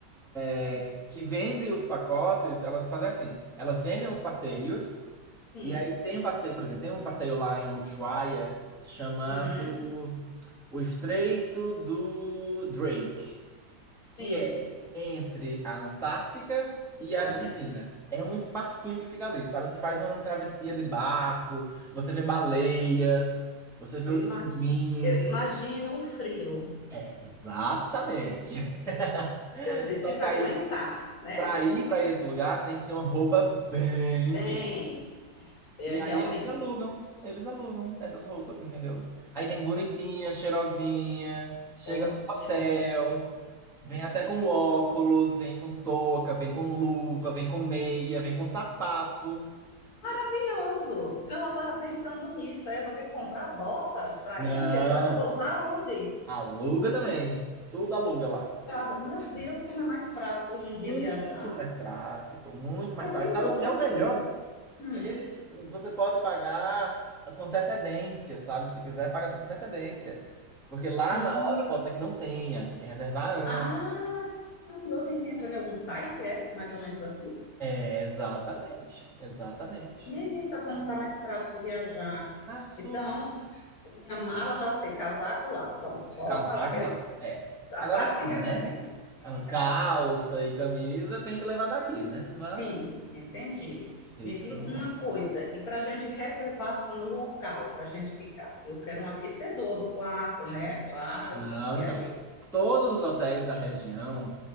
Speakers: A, in the centre; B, on the left.
A: É, que vendem os pacotes, elas fazem assim, elas vendem os passeios,
B: Sim.
A: e aí tem um passeio, por exemplo, tem um passeio lá em Ushuaia chamado
B: Hum,
A: O Estreito do Drake, que
B: sim.
A: é entre a Antártica e a
B: Olha,
A: Argentina. É um espacinho que fica ali, sabe? Você faz uma travessia de barco, você vê baleias, você vê
B: eu
A: os
B: imagino,
A: pinguins.
B: eu imagino o frio.
A: É, exatamente. <laughs>
B: Eu preciso
A: Só que
B: aguentar,
A: aí
B: né?
A: Pra ir pra esse lugar tem que ser uma roupa bem
B: Tem,
A: quente.
B: é,
A: E
B: realmente.
A: aí eles alugam, eles alugam essas roupas, entendeu? Aí vem bonitinha, cheirosinha, chega
B: Ótimo.
A: no hotel, vem até com óculos, vem com touca, vem com luva, vem com meia, vem com sapato.
B: Maravilhoso. Porque eu já estava pensando nisso. Aí eu vou ter que comprar botas para
A: Não,
B: ir. Depois eu vou usar onde?
A: aluga também. Tudo aluga lá.
B: Nada. Meu Deus, como é mais prático hoje em dia
A: Muito
B: viajar.
A: mais prático, muito
B: Maravilhoso.
A: mais prático. Sabe o que é o melhor?
B: Hum.
A: Eles, você pode pagar com antecedência, sabe? Se quiser, paga com antecedência. Porque lá
B: Hum.
A: na hora pode ser que não tenha, aí tem que reservar antes.
B: Ah, que maravilhoso. A gente entra em algum site, é? É mais ou menos assim?
A: É, exatamente, exatamente.
B: Menino, tá como tá mais prático viajar.
A: Aço,
B: Então, minha mala já sei, casaco lá. Pronto, bota
A: casaco
B: lá.
A: lá, é.
B: Essa
A: Agora
B: parte
A: sim,
B: resolvemos.
A: né? A Calça
B: É,
A: e camisa tem que levar daqui, né? Mas
B: Sim, entendi.
A: isso,
B: Me diga
A: é o mesmo.
B: uma coisa, e para a gente reservar assim, um local para a gente ficar? Eu quero um aquecedor do quarto, né? Claro.
A: Não,
B: E
A: então.
B: aí?
A: Todos os hotéis da região.